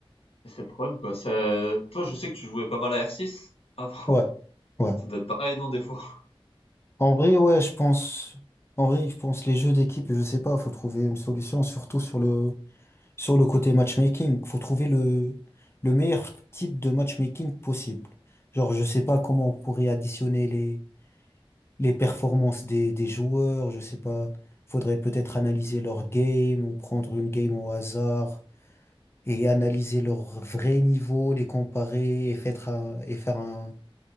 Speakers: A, on the left (about 70°); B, on the left (about 25°).
A: c'est le problème quoi. Ça toi, je sais que tu jouais pas mal à R6 avant?
B: ouais,
A: <laughs>
B: ouais.
A: Ça doit être pareil, non, des fois?
B: En vrai, ouais, je pense. En vrai, je pense les jeux d'équipe, je sais pas, faut trouver une solution, surtout sur le sur le côté matchmaking. Faut trouver le le meilleur type de matchmaking possible. Genre, je sais pas comment on pourrait additionner les les performances des, des joueurs, je sais pas. Faudrait peut-être analyser leur game ou prendre une game au hasard et analyser leur vrai niveau, les comparer et faire un, et faire un,